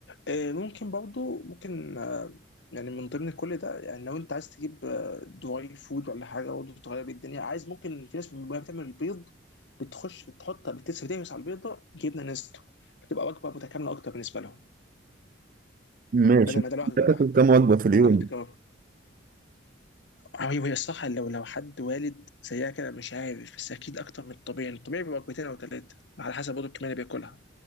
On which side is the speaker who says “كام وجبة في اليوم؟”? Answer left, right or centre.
Right